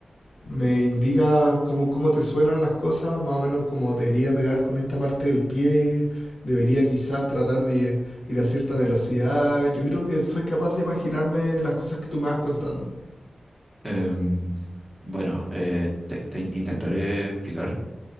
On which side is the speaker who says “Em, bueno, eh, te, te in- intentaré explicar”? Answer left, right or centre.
Centre